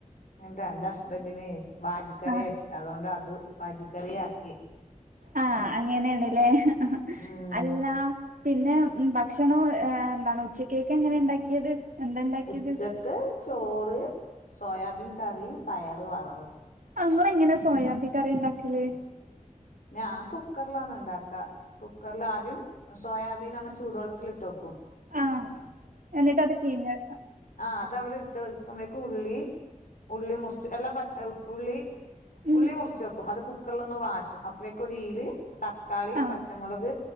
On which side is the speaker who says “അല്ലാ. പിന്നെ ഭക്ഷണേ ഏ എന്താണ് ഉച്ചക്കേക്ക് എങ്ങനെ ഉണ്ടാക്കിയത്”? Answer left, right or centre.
Right